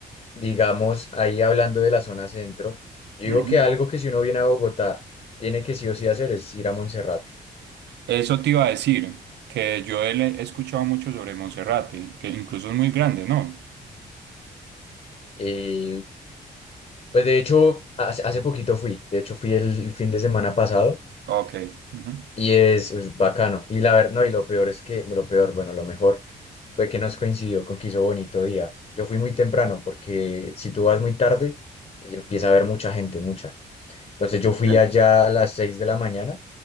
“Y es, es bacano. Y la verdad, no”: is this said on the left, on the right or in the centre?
Left